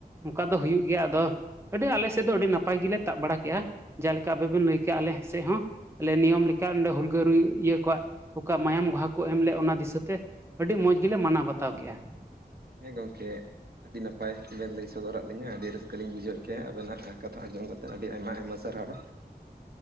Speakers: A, on the right; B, on the right.
A: ᱚᱝᱠᱟ ᱫᱚ ᱦᱩᱭᱩᱜ ᱜᱮᱭᱟ ᱟᱫᱚ ᱟᱹᱰᱤ ᱟᱞᱮ ᱥᱮᱫ ᱫᱚ ᱟᱹᱰᱤ ᱱᱟᱯᱟᱭ ᱜᱮᱞᱮ ᱛᱟᱵ ᱵᱟᱲᱟ ᱠᱮᱜᱼᱟ ᱾ ᱡᱮᱞᱠᱟ ᱟᱵᱮ ᱵᱮᱱ ᱞᱟᱹᱭ ᱠᱮᱜᱼᱟ ᱟᱞᱮ ᱥᱮᱫ ᱦᱚᱸ ᱾ ᱟᱞᱮ ᱱᱤᱭᱚᱢ ᱞᱮᱠᱟ ᱱᱚᱸᱰᱮ ᱦᱩᱞᱜᱟᱹᱨᱤᱭᱟᱹ ᱤᱭᱟ ᱠᱚᱣᱟᱜ ᱚᱠᱟ ᱢᱟᱭᱟᱢ ᱵᱟᱦᱟ ᱠᱚ ᱮᱢ ᱞᱮᱫ ᱚᱱᱟ ᱫᱤᱥᱟᱹᱛᱮ᱾ ᱟᱹᱰᱤ ᱢᱚᱡᱽ ᱜᱮᱞᱮ ᱢᱟᱱᱟᱣ ᱵᱟᱛᱟᱣ ᱠᱮᱫᱼᱟ ᱾
B: ᱦᱮᱸ ᱜᱚᱝᱠᱮ ᱾ ᱟᱹᱰᱤ ᱱᱟᱯᱟᱭ ᱵᱮᱱ ᱞᱟᱹᱭ ᱥᱚᱫᱚᱨᱟᱜ ᱞᱤᱧᱟ ᱟᱹᱰᱤ ᱨᱟᱹᱥᱠᱟᱹ ᱞᱤᱧ ᱵᱩᱡᱷᱟᱹᱣᱮᱫ ᱠᱮᱜ-ᱟ, ᱟᱵᱮᱱᱟᱜ ᱠᱟᱛᱷᱟ ᱟᱸᱡᱚᱢ ᱠᱟᱛᱮᱫ ᱟᱹᱰᱤ ᱟᱭᱢᱟ ᱟᱭᱢᱟ ᱥᱟᱨᱦᱟᱣ᱾
A: <inaudible>